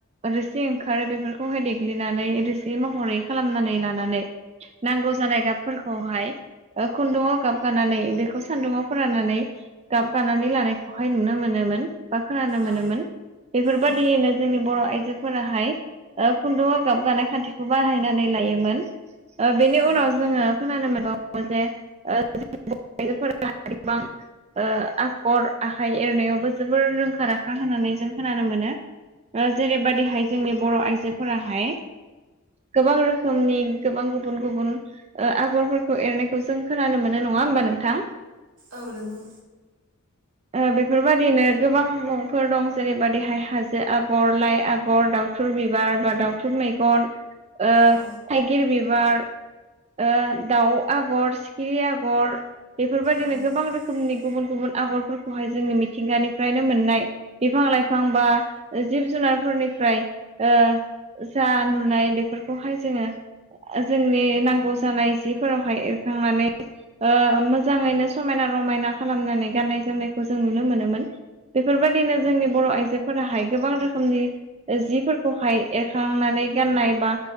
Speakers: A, on the right; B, on the right.
A: रोसि ओंखारो बेफोरखौहाय देग्लिनानै रोसि महरै खालामनानै ला लाना नांगौ जानाय गाबफोरखौहाय ओ खुन्दुङाव गाबगानानै बेखौ सान्दुङाव फोराननानै गाबगानानै लानायखौहाय नुनो मोनोमोन बा खोनानो मोनोमोन
B: औ
A: बेफोरबायादियैनो
B: औ
A: जोंनि बर' आइजोफोराहाय ओ खुन्दुंआव गाबगानाय खान्थिखौ बाहायनानै लायोमोन। ओ बेनि
B: औ
A: उनाव जोङो खोनानो मोनबा वो जे ओ बर'जोफोराबां ओ आखर आखाइ नायावबो जोबोर रोंखा राखा होननानै जों खोनानो मोनो। ओ जेरैबायादिहाय जोंनि बर' आइजोफोराहाय गोबां रोखोमनि गोबां गुबुन गुबुन ओ आगरफोरखौ एरनायखौ जों खोनानो मोनो नङा नङा होमबा नोंथां।
B: औ नंगौ।
A: ओ बेफोरबायदिनो गोबां मुंफोर दं जेरैबायदिहाय हाजो आगर, लाइ आगर, दावथुर बिबार बा दाउथुब मैगन ओ
B: औ
A: थाइगिर बि बार ओ दाउ आगर, सिखिरि आगर बेफोरबायदिनो
B: औ औ
A: गोबां रोखोमनि गुबुन गुबुन आगरफोर खौहाय जोंनि मिथिंगानिफ्रायनो मोननाय बिफां लाइफां बा जिब जुनार फोरनिफ्राय ओ जा नुनाय बेफोरखौहाय जोङो ओ जोंनि नांगौ जानाय जिफोरावहाय एरखांनानै ओ मोजाङैनो समायना रमायना खालामनानै गाननाय जोमनायखौ जों नुनो मोनोमोन। बेफोरबायदिनो जोंनि बर' आइजो फोराहाय गोबां रोखोमनि जिफोरखौहाय एरखांनानै गाननाय बा